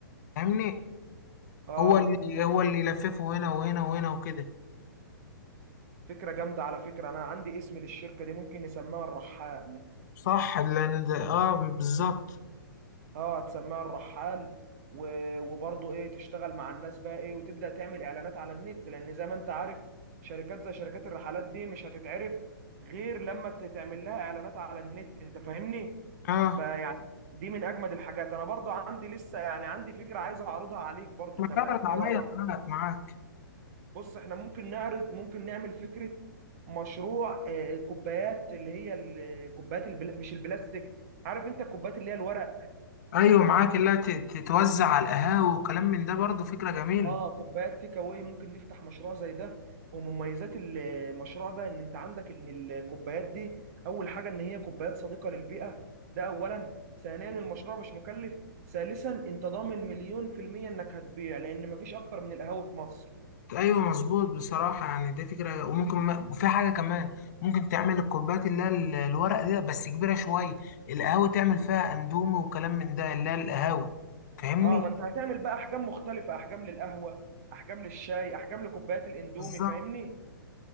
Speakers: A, on the left; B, on the right.
A: فاهمني
B: اه
A: هو اللي هو اللي يلففه هنا وهنا وهنا وكده
B: فكرة جامدة على فكرة انا عندي اسم للشركة دي ممكن نسميها الرحال
A: صح لان ده- اه بالظبط
B: اه تسميها الرحال و- وبرضه ايه تشتغل مع الناس بقى ايه وتبدا تعمل اعلانات على النت لان زي ما انت عارف شركات زي شركات الرحلات دي مش هتتعرف غير لما تعمل لها اعلانات على النت انت فاهمني
A: اه
B: فيعني دي من اجمد الحاجات انا برضه عندي لسه يعني عندي فكره عايز اعرضها عليك برضه
A: ما
B: كمان
A: فعلا عليا
B: ايه رايك
A: معاك معاك
B: بص احنا ممكن نعرض ممكن نعمل فكره مشروع آه، كوبايات اللي هي الكوبايات البلا... مش البلاستيك عارف انت الكوبايات اللي هي الورق
A: ايوه معاك اللي هي ت- تتوزع على القهاوي وكلام من ده برضه فكره جميله
B: اه كوبايات تيك اواي ممكن نفتح مشروع زي ده ومميزات المشروع ده ان انت عندك ان الكوبايات دي اول حاجه ان هي كوبايات صديقه للبيئه ده اولا ثانيا المشروع مش مكلف ثالثا انت ضامن مليون في المية انك هتبيع لان مفيش اكتر من القهاوي في مصر
A: ايوه مظبوط بصراحه يعني دي فكره وممكن ما... وفي حاجه كمان ممكن تعمل الكوبايات اللي هي ال- الورق دي بس كبيره شويه القهاوي تعمل فيها اندومي وكلام من ده اللي هي القهاوي فاهمني
B: اه ما انت هتعمل بقى احجام مختلفه احجام للقهوه احجام للشاي احجام لكوبايات الاندومي
A: بالظبط
B: فاهمني